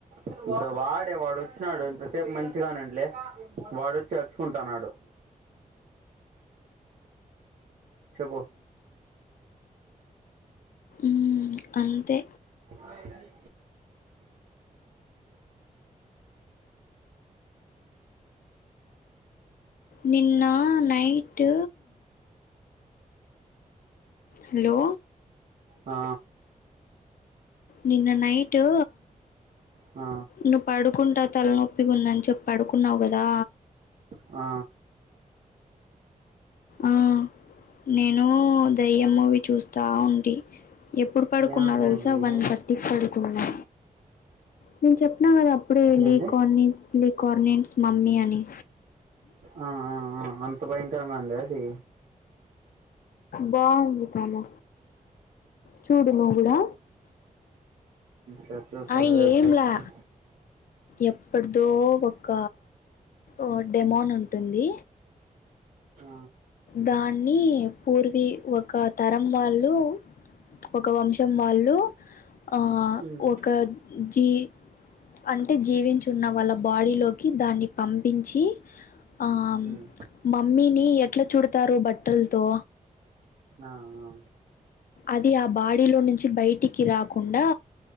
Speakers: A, on the right; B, on the left.
A: ఇపుడు వాడే వాడు వచ్చినాడు ఇంతసేపు మంచిగానంట్లే వాడు వచ్చి చేర్చుకుంటన్నాడు చెప్పు
B: మ్మ్ అంతే
A: హాయ్ హరి
B: నిన్న నైట్ హలో
A: ఆ
B: నిన్న నైటు
A: ఆ
B: నువ్వు పడుకుంటా తలనొప్పికి ఉందని చెప్పి పడుకున్నావు కదా
A: ఆ
B: ఆ నేను దయ్య మూవీ చూస్తా ఉంటి ఎప్పుడు పడుకున్నా
A: ఏ మూవీ
B: తెలుసా వన్ థర్ టీ కు పడుకున్నా నేను చెప్న కదా అప్పుడే వెళ్ళి
A: ఏంది
B: కొన్ని నీకర్నిస్ మమ్మీ అని
A: ఆ ఆ ఆ అంత భయంకరం మా అండి అది
B: బాగుంది తను చూడు నువ్ కూడా
A: చక్ చేస్తాను
B: ఆ
A: రేప్
B: ఏంలా
A: చేస్తాను
B: ఎప్పటిదో ఒక ఒ డెమోన్ ఉంటుంది
A: ఆ
B: దాన్ని పూర్వీ ఒక తరం వాళ్ళు ఒక వంశం వాళ్ళు ఆ
A: ఉమ్
B: ఒక జీ అంటే జీవించున్న వాళ్ళ బాడీలోకి దాన్ని పంపించి ఆ
A: మ్మ్
B: మమ్మీని ఎట్లా చూడతారు బట్టలతో
A: ఆ ఆ
B: అది ఆ బాడీలో నుంచి బయటికి రాకుండా